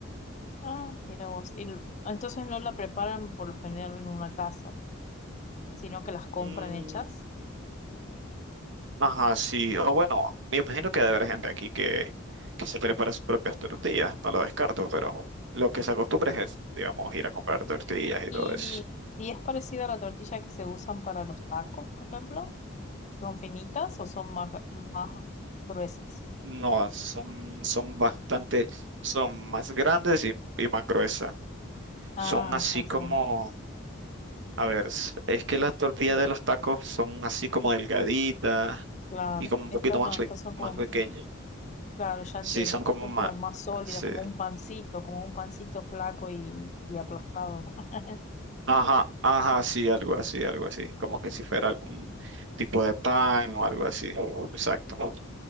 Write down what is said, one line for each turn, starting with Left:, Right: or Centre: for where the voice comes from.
Left: Ah, mira vos. Y l- entonces no la preparan por lo general en una casa, sino que las compran
Right: Mm,
Left: hechas.
Right: ajá, sí, o bueno, me imagino que debe haber gente aquí que, que se prepara sus propias tortillas, no lo descarto, pero lo que se acostumbra es, digamos, ir a comprar tortillas y
Left: Y,
Right: todo eso.
Left: y es parecida a la tortilla que se usan para los tacos, por ejemplo. ¿Son finitas o son más, más gruesas?
Right: No, son, son bastante, son más grandes y, y más gruesas.
Left: Ah,
Right: Son así
Left: ya
Right: como,
Left: santos.
Right: a ver, s- es que las tortillas de los tacos son así como delgaditas
Left: Claro,
Right: y como un
Left: estas
Right: poquito más,
Left: no,
Right: le-
Left: estas son como,
Right: más pequeñas.
Left: claro, ya entiendo,
Right: Sí, son
Left: estas
Right: como
Left: son
Right: más,
Left: como más sólidas,
Right: sí.
Left: como un pancito, como un pancito flaco y, y aplastado. <laughs>
Right: Ajá, ajá, sí, algo así, algo así. Como que si fuera algún tipo de pan o algo así. Exacto.